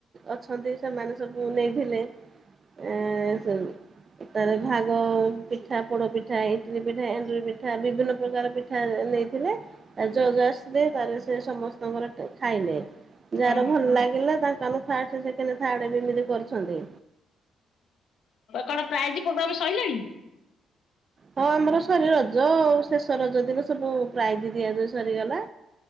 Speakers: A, on the right; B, on the left.
A: ଅଛନ୍ତି ସେମାନେ ସବୁ ନେଇଥିଲେ ଏ ସବୁ ଏ ତାର ଭାଗ ପିଠା ପୋଡ ପିଠା ଇଟିଲି ପିଠା ଏଣ୍ଡୁରି ପିଠା ବିଭିନ୍ନ ପ୍ରକାର ପିଠା ନେ ନେଇଥିଲେ ରଜ ଆସିଲଥିଲେ ତା ପରେ ସେ ସମସ୍ତଙ୍କର ଟେ ଖାଇଲେ ଯାହାର
B: ଓହୋ।
A: ଭଲ ଲାଗିଲା ତାଙ୍କର ଫାଷ୍ଟ ସେକେଣ୍ଡ ଥାର୍ଡ ଏମିତି କରଛନ୍ତି।
B: କଣ ପ୍ରାଇଜ ପ୍ରୋଗ୍ରାମ ସରିଲାଣି?
A: ହଁ ଆମର ସରି ରଜ ଶେଷ ରଜ ଦିନ ସବୁ ପ୍ରାଇଜ ଦିଆ ଦି ସରିଗଲା